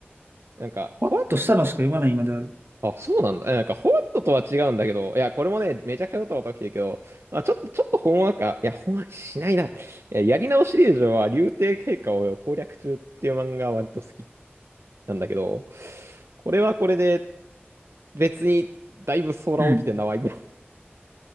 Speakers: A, on the right; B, on the right.
A: なんか、ほわっ
B: ほわっとしたのしか読まないまである。
A: あ、そうなんだ。えなんか、ほわっととは違うんだけど、いや、これもね、めちゃくちゃドたこタ起きてるけど、あ、ちょっと、ちょっとほんわか、いや、ほんわかしないな。いや、やり直し令嬢は、竜帝陛下を攻略中っていう漫画は割と好きなんだけど、これはこれで、別に、だいぶ騒乱起きてんな、
B: うん。
A: わい。<laughs>